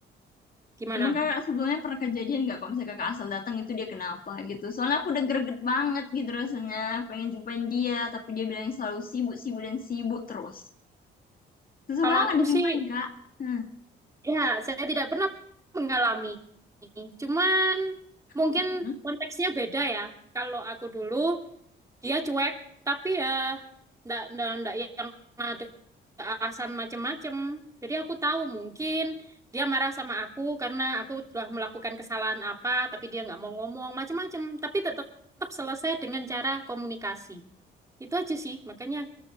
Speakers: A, on the right (about 15°); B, on the left (about 45°).
A: gimana?
B: Emang kakak sebelumnya pernah kejadian nggak kalau misalnya kakak asal datang itu dia kenapa gitu? Soalnya aku udah greget banget gitu rasanya, pengen jumpain dia, tapi dia bilang selalu sibuk, sibuk dan sibuk terus. Susah
A: Kalau
B: banget
A: aku
B: dijumpain
A: sih,
B: kak. Hmm.
A: ya saya tidak pernah mengalami. Cuman mungkin
B: <laughs>
A: konteksnya beda ya. Kalau aku dulu dia cuek tapi ya ndak ndak ndak yang ada alasan macem-macem jadi aku tahu mungkin dia marah sama aku karena aku telah melakukan kesalahan apa tapi dia nggak mau ngomong macem-macem tapi tetap tetap selesai dengan cara komunikasi itu aja sih makanya